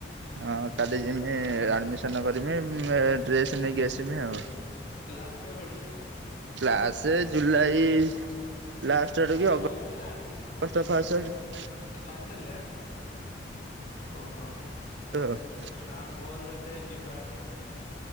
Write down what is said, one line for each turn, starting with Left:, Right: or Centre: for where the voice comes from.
Right: ହଁ କାଲି <unintelligible>
Left: ଆଉ
Right: ଆଡ୍ମିସନ <unintelligible> ଡ୍ରେସ୍ ନେଇକି <unintelligible> ଆଉ।
Left: କ୍ଲାସ୍ କେବେଠୁ?
Right: କ୍ଲାସେ ଜୁଲାଇ ଲାଷ୍ଟ ଆଡୁକୁ କି ଅଗ
Left: <unintelligible> ନା?
Right: ଗଷ୍ଟ ଫାଷ୍ଟ
Left: ହଷ୍ଟେଲରେ ଆଁ? ଓହୋ
Right: <unintelligible>
Left: ନା ମୋର ବା ସେ ଯିବା ଆସିବା